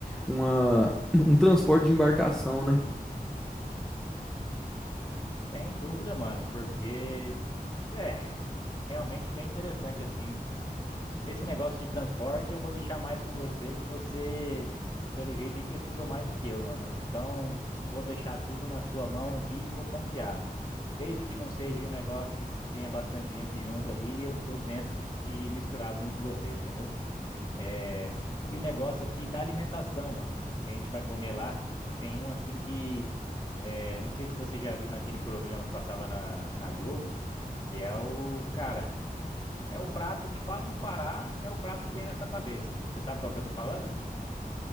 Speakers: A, in the centre; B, on the left.
A: uma, <clears throat> um transporte de embarcação, né?
B: sem dúvida, mano, porque é realmente bem interessante assim. Esse negócio de transporte eu vou deixar mais com você, que você, pelo jeito aí, pesquisou mais do que eu, mano. Eu- Então, vou deixar tudo na sua mão aqui e vou confiar. Desde que não seja um negócio que tenha bastante gente junto ali, eu tô dentro e misturado junto com você, entendeu? É... E o negócio aqui da alimentação, mano. que A gente vai comer lá. Tem um assim que. é, Não sei se você já viu naquele programa que passava na, na Globo, que é o cara. É o prato que fala no Pará, é o prato que vem na sua cabeça. Você sabe qual que eu tô falando?